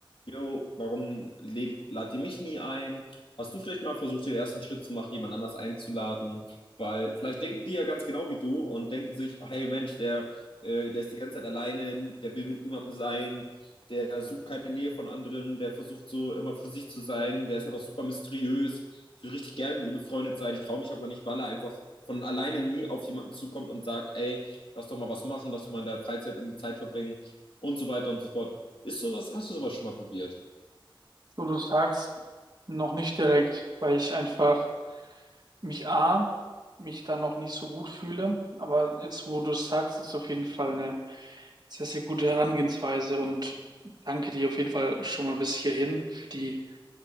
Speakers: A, on the left (about 80°); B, on the right (about 50°).
A: Jo, warum lädt, ladet ihr mich nie ein? Hast du vielleicht mal versucht, den ersten Schritt zu machen, jemand anders einzuladen? Weil vielleicht denken die ja ganz genau wie du und denken sich, oh, hey Mensch, der, äh, der ist die ganze Zeit alleine, der will mit niemandem sein, der sucht keine Nähe von anderen, der versucht so immer für sich zu sein, der ist einfach super mysteriös. Ich würde richtig gerne mit ihm befreundet sein, ich traue mich aber nicht, weil er einfach von alleine nie auf jemanden zukommt und sagt, ey, lass doch mal was machen, lass doch mal in der Freizeit irgendwie Zeit verbringen und so weiter und so fort. Ist sowas, hast du sowas schon mal probiert?
B: So, du sagst noch nicht direkt, weil ich einfach mich A, mich da noch nicht so gut fühle. Aber jetzt, wo du es sagst, ist auf jeden Fall eine sehr, sehr gute Herangehensweise und danke dir auf jeden Fall schon mal bis hierhin für die